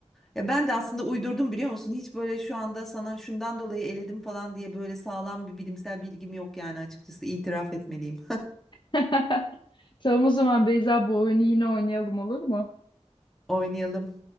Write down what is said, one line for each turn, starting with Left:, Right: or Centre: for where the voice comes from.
Centre: Ya ben de aslında uydurdum biliyor musun? Hiç böyle şu anda sana şundan dolayı eledim falan diye böyle sağlam bir bilimsel bilgim yok yani açıkçası itiraf etmeliyim.
Left: <laughs> Tamam o zaman Beyza bu oyunu yine oynayalım olur mu?
Centre: <laughs> Oynayalım.